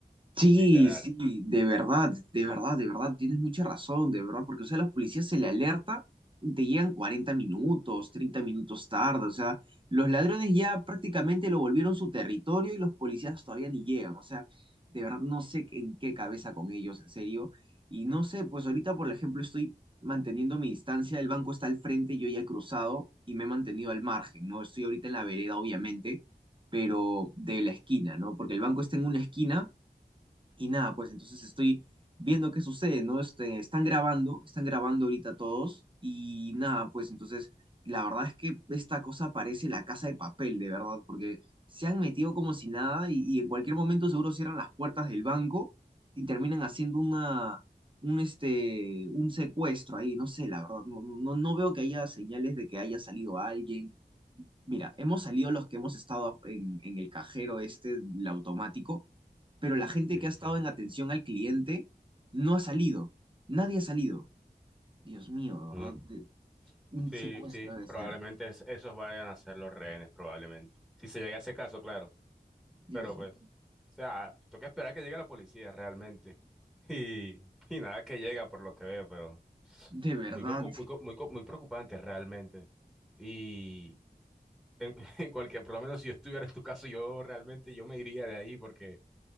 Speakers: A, on the right (about 30°); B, in the centre.
A: Sí,
B: literal.
A: sí, de verdad, de verdad, de verdad, tienes mucha razón, de verdad, porque, o sea, los policías se le alerta y te llegan 40 minutos, 30 minutos tarde, o sea, los ladrones ya prácticamente lo volvieron su territorio y los policías todavía ni llegan, o sea, de verdad no sé en qué cabeza con ellos, en serio, y no sé, pues ahorita, por ejemplo, estoy manteniendo mi distancia, el banco está al frente, yo ya he cruzado y me he mantenido al margen, ¿no? Estoy ahorita en la vereda, obviamente, pero de la esquina, ¿no? Porque el banco está en una esquina y nada, pues entonces estoy viendo qué sucede, ¿no? Este, están grabando, están grabando ahorita todos y nada, pues entonces la verdad es que esta cosa parece la casa de papel, de verdad, porque se han metido como si nada y, y en cualquier momento seguro cierran las puertas del banco y terminan haciendo una, un, este, un secuestro ahí, no sé, la verdad, no, no, no veo que haya señales de que haya salido alguien. Mira, hemos salido los que hemos estado en, en el cajero este, el automático pero la gente
B: Sí,
A: que ha estado
B: sí.
A: en atención al cliente no ha salido. Nadie ha salido. Dios mío, de verdad,
B: Mm.
A: de- un
B: Sí,
A: secuestro
B: sí,
A: de
B: probablemente
A: ser.
B: es- esos vayan a ser los rehenes, probablemente. Si se llega a ese caso, claro.
A: Dios
B: Pero pues,
A: mío,
B: o sea, toca esperar que llegue la policía realmente. <laughs> Y, y nada que llega por lo que veo, pero
A: de verdad.
B: muy preocup- muy, co- muy, co- muy preocupante realmente. Y en, <laughs> en cualquier, por lo menos si yo estuviera en tu caso, yo realmente yo me iría de ahí porque